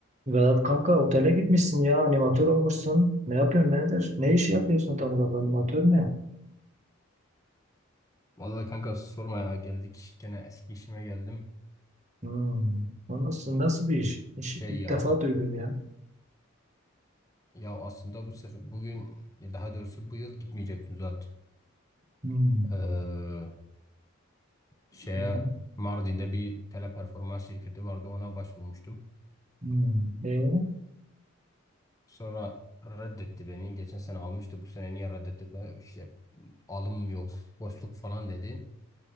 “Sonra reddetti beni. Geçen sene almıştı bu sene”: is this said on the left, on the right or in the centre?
Left